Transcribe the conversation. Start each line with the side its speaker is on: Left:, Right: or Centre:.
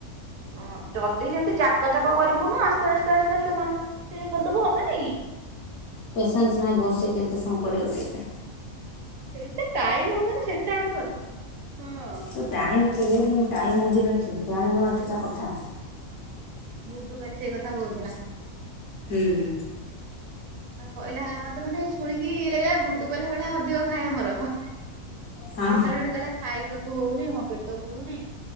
Right: ଓ ଯଦି ଯେମିତି ଜାକ ଜାକ କରିବୁନୁ ଆସ୍ତେ ଆସ୍ତେ ଆସ୍ତେ ଆସ୍ତେ ମା ସିଲେଇ କରିଦବୁ ହବନିକି?
Left: ପେସେନ୍ସ୍ ନାହିଁ ବସିକି ଏତେ ସମୟ କରିବ ବସିକି?
Right: ସେଟ ଟାଇମ୍ ହବନି ସେଟା ଗୋଟ କଥା। ହଁ
Left: ତ ଟାଇମ କୋଉଠି ମୁଁ ଟାଇମ ହଉଛି ଏଠି ଜାଣିନୁ ଏଠିକା କଥା।
Right: ଗୁଡୁ ଖାଲି ସେଇ କଥା କହୁଥିଲା।
Left: ହଁ ହୁଁ।
Right: କହିଲା ମତେ ମାନେ ଶୁଣିକି ଲାଗିଲା ଗୁଡୁ କଲା ଭଳିଆ ଅଧିକ ଖାଇବା ମୋର
Left: ହଁ
Right: ଦେଖ ଗଲା ଖାଇବାକୁ ହଉନି ମୋ ପେଟ ପୁରୁନି